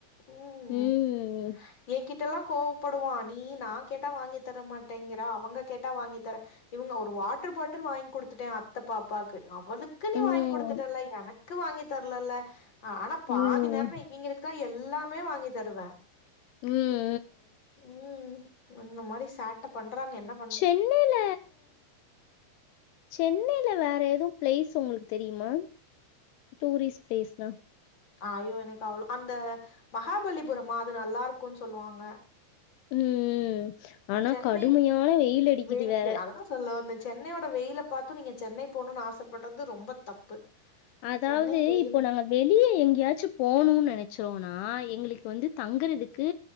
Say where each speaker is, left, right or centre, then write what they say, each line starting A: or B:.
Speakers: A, on the left; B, on the left.
A: ம்
B: ம்
A: ஏங்கிட் ட்டலாக் கோவப்படுவா நீ நா கேட்டா வாங்கித்தர மாட்டேங்கிற அவங்க கேட்டா வாங்கித்தரே இவுங்க ஒரு வாட்டர் பாட்டில் வாங்கி குடுத்துட்டே அ பாப்பாக்கு அவளுக்கு நீ
B: ம்
A: வாங் குடுத்துட்டல்ல எனக்கு வாங்கி தரலல்ல அ ஆனா
B: ம்
A: பாதி நேரோ இவிங்களுக்குதா எல்லாமே வாங்கி தருவ
B: ம்
A: ம் இந்த மாரி சேட்ட பண்றான்க என்ன ப
B: சென்னைல சென் வேற எதும் பிளேஸ் உங்களுக்கு தெரியுமா டூரிஸ் பிளேஸ்னா
A: அயோ எனக்கு அவ்ளோ அந்த மகாபலிபுரமா அது நல்லாருக்கும்ன் சொல்வாங்க
B: ம் ஆனா
A: சென்னை
B: கடுமையான வெயில் அடிக்கிது
A: வெயிலு
B: வேற
A: அததான் சொல்ல வந்த சென்னையோட வெயில பாத்து நீங்க சென்னை போணும் ஆசைப்பட்றது ரொம்ப தப்பு
B: அதாவ்து
A: சென்னை வெயில்
B: இப்போ நாங்க வெளியே எங்கேயாச்சு போணும் நனச்சோனா எங்களுக்கு வந்து தங்குறதுக்கு